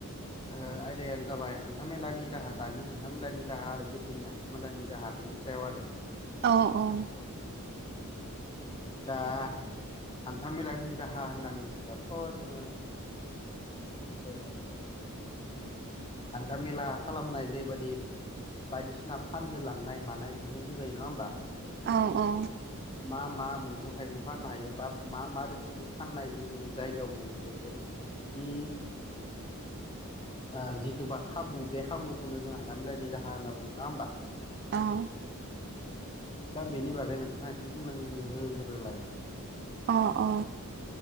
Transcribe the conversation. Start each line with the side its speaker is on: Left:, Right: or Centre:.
Left: ओ आयदायानो जाबाय हान्थामेलानि राहा दानि हान्थामेलानि राहा आरो गोदोनि हान्था मेलानि राहा बेनि सायाव आरो
Right: औ औ
Left: दा हान्था मेलानि राहा होननानै बुंबाथ' जोङो ओ हान्थामेला खालामनाय जेबायदि बायदिसिना फाननो लांनाय मानाय बेफोरखौ बुंजायो नङा होमबा
Right: औ औ
Left: मा मा मैगं थाइगं फाननो हायो बा मा मा रोखोमनि फाननाय जोंनि जायगायाव मोनो बेफोर नि ओ जिथुबा खाबु बे खाबुखौनो जों हान्थामेलानि राहा होनना बुङो नङा होमबा
Right: औ
Left: दा बेनि बागै नोंथाङा एसे बुंना होग्रोलाय
Right: अ अ